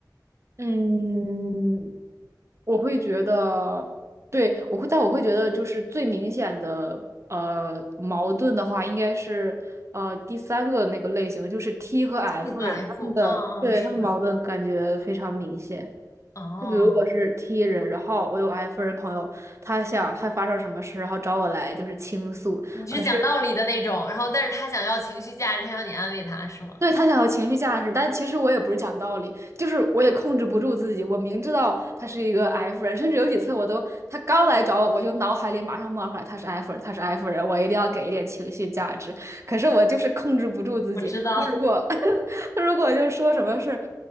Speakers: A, on the right; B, on the left.
A: 嗯，我会觉得，对，我会，但我会觉得，就是最明显的呃矛盾的话，应该是呃第三个那个类型，就是 T 和 F
B: ？T 和
A: 人，
B: F，
A: 他们的，
B: 嗯嗯，
A: 对，
B: 是的，
A: 他们矛盾感觉非常明显。
B: 哦，
A: 就比如我是 T 人，然后我有 F 人朋友，他想他发生什么事，然后找我来就是倾诉，
B: 你是讲道理的那种，
A: 可是。
B: 然后但是他想要情绪价值，他要你安慰他，是吗？
A: 对，他想要情绪价值，但其实我也不是讲道理，就是我也控制不住自己。我明知道他是一个 F 人，甚至有几次我都，他刚来找我，我就脑海里马上冒出来他是 F 人，他是 F 人，我一定要给一点情绪价值。可是我就是控制不住自己。
B: 我知道，
A: 他如果
B: <laughs>
A: <laughs> 他如果就是说什么事儿，